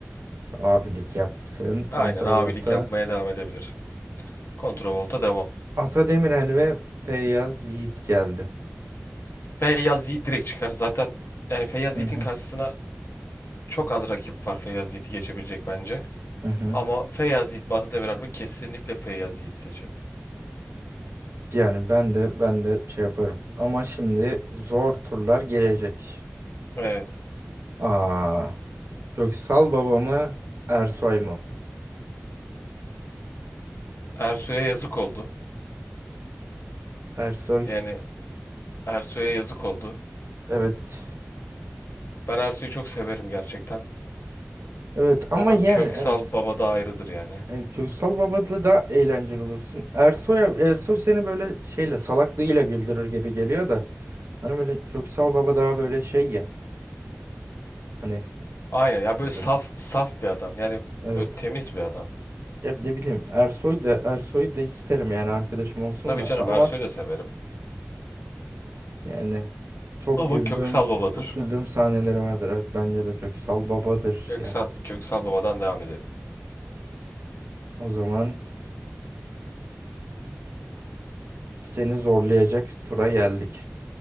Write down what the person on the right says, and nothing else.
Abilik yapsın
kontravolta.
Ata Demirel ve Feyyaz Yiğit geldi.
Hı
hı
hı hı.
Yani ben de ben de şey yaparım. Ama şimdi zor turlar gelecek.
Aa, Köksal Baba mı Ersoy mu?
Ersoy
evet.
Evet ama
yani
evet.
E, Köksal Baba'da da eğlenceli olursun. Ersoy Ersoy seni böyle şeyle salaklığıyla güldürür gibi geliyor da. Hani böyle Köksal Baba daha böyle şey ya. Hani
neden?
Evet.
Ya ne bileyim Ersoy da Ersoy da isterim yani arkadaşım olsun
da
ama
yani çok
güldüğüm
çok güldüğüm sahneleri vardır. Evet bence de Köksal babadır
yani.
O zaman seni zorlayacak tura geldik.